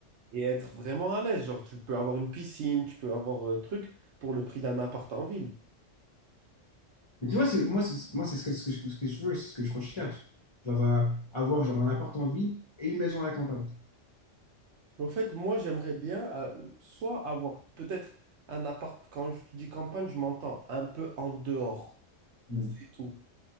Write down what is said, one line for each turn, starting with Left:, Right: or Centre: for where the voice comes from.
Right: et être vraiment à l'aise. Genre, tu peux avoir une piscine, tu peux avoir un truc pour le prix d'un appart en ville.
Left: Mais tu vois, c'est, moi, c'est, moi, c'est ce que, ce que, je- ce que je veux, c'est ce que je recherche. Genre, euh, avoir genre, un appart en ville et une maison à la campagne.
Right: En fait, moi, j'aimerais bien euh, soit avoir peut-être un appart, quand je dis campagne, je m'entends un peu en dehors.
Left: Mm.
Right: C'est tout.